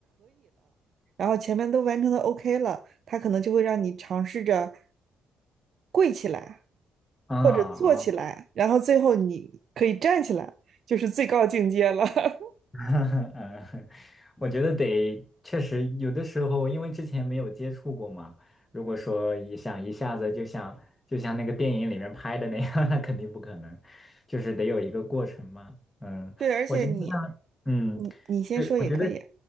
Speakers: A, on the right; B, on the left.
A: 然后前面都完成的 OK 了，他可能就会让你尝试着跪起来
B: 啊啊，
A: 或者坐起来，然后最后你可以站起来，就是最高境界了。<laughs>
B: <laughs> 嗯，我觉得得确实有的时候，因为之前没有接触过嘛，如果说一想一下子就像就像那个电影里面拍的那样，<laughs> 那肯定不可能，就是得有一个过程嘛，嗯，
A: 对，而且你，
B: 我觉得像嗯。
A: 你你先说也可以。
B: 对，我觉得，